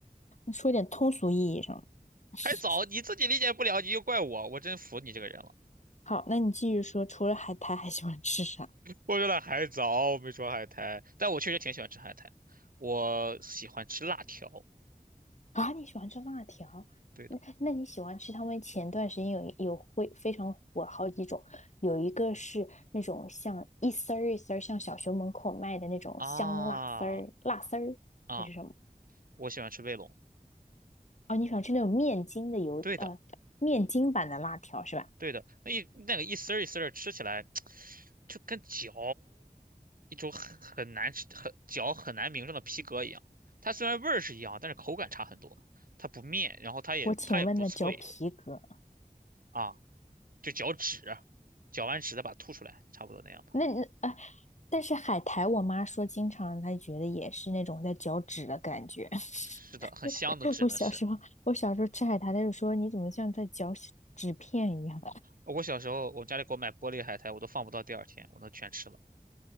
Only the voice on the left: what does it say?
说点通俗意义上的。<laughs>
好，那你继续说，除了海苔还喜欢吃啥？
啊，你喜欢吃辣条？
那那你喜欢吃他们前段时间有一有会非常火好几种，有一个是那种像一丝儿一丝儿，像小学门口卖的那种香辣丝儿、
辣丝儿还是什么？
哦，你喜欢吃那种面筋的油呃面筋版的辣条是吧？
我请问那嚼皮革
那那啊，但是海苔，我妈说经常她觉得也是那种在嚼纸的感觉。<laughs>
我小时候，我小时候吃海苔，她就说你怎么像在嚼纸片一样？